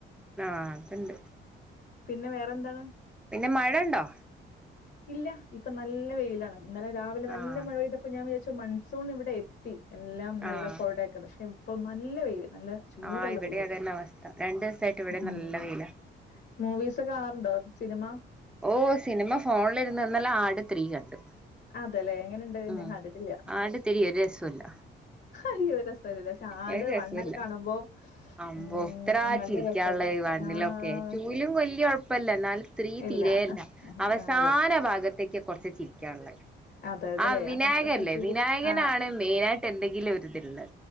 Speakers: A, in the centre; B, on the left (about 55°).
A: ആഹ് ത്ണ്ട്.
B: പിന്നെ വേറെ ന്താണ്?
A: പിന്നെ മഴ ണ്ടോ?
B: ഇല്ല ഇപ്പൊ നല്ല വെയിലാണ് ഇന്നലെ രാവിലെ നല്ല
A: ആഹ്
B: മഴ പെയ്തപ്പോ ഞാൻ വിചാരിച്ചു മൺ സൂൺ ഇവിടെ എത്തി എല്ലാം നല്ല
A: ആഹ്
B: കോടയൊക്കെ പക്ഷെ ഇപ്പൊ നല്ല വെയില് നല്ല ചൂടുള്ള
A: ആഹ് ഇവിടേം
B: വെയില്.
A: അതന്നെ അവസ്ഥ, രണ്ടു സായിട്ട് ഇവിടേം
B: ഉം.
A: നല്ല വെയിലാ.
B: മൂവീസ് ഒക്കെ കാണാറുണ്ടോ? സിനിമ.
A: ഓഹ് സിനിമ ഫോണിലിരുന്ന് ഇന്നലേ ആട് ത്രീ കണ്ടു.
B: അതെല്ലേ. എങ്ങനെണ്ട്?
A: ആഹ്
B: ഞാൻ കണ്ടിട്ടില്ല.
A: ആട് ത്രീ ഒര് രസുല്ല.
B: അയ്യോ രസല്ലല്ലോ. പക്ഷെ ആട്
A: ഒര് രസുല്ല
B: മണ്ണൊക്കെ കാണുമ്പോ
A: അമ്പോ
B: മ്മ്
A: എത്രാ
B: നല്ല
A: ചിരിക്കാള്ളെ
B: രസല്ലേ?
A: വ <unintelligible>
B: ആഹ്
A: ക്കെ ടൂവിലും വല്യ കൊഴപ്പല്ല എന്നാലും ത്രീ
B: ഇല്ല.
A: തീരേ ല്ല അവസാന
B: ആഹ് അതെ.
A: ഭാഗ ത്തക്ക് കൊറച്ച് ചിരിക്കാള്ളെ
B: അതെല്ലേ?
A: ആ വിനായകൻ
B: അപ്പൊ സ് അപ്പൊ
A: ഇല്ലേ
B: സീരിയസ്
A: വിനായകനാണ്
B: ആഹ്
A: മെയിനായിട്ടെന്തെങ്കിലും ഒരിത്ള്ളെ.